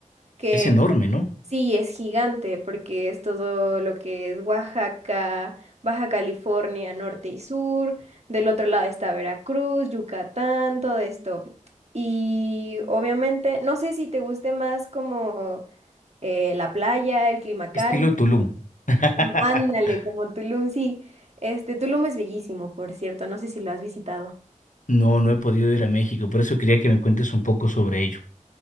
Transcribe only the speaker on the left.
Es enorme, ¿no?
Estilo Tulum. <laughs>
No, no he podido ir a México, por eso quería que me cuentes un poco sobre ello.